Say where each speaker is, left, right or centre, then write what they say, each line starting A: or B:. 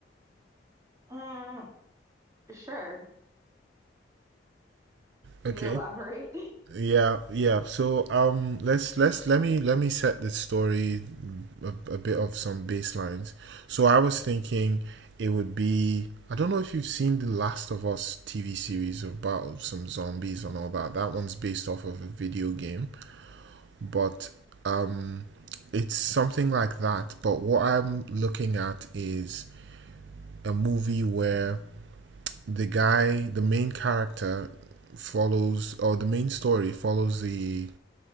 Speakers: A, on the right; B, on the right.
A: Mm, sure.
B: Okay.
A: Can you elaborate? <laughs>
B: Yeah, yeah. So um, let's let's let me let me set the story a, a bit of some baselines. So I was thinking it would be I don't know if you've seen the Last of Us TV series about some zombies and all that. That one's based off of a video game, but um, it's something like that. But what I'm looking at is a movie where the guy, the main character, follows or the main story follows the